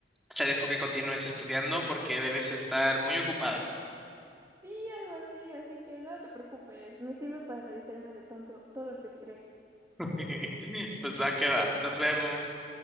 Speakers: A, in the centre; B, on the right.
A: te dejo que continúes estudiando porque debes estar muy ocupada.
B: Sí, algo así, así que no te preocupes, me sirve para distraerme de tonto todo este estrés.
A: <laughs> Pues va que va. Nos vemos.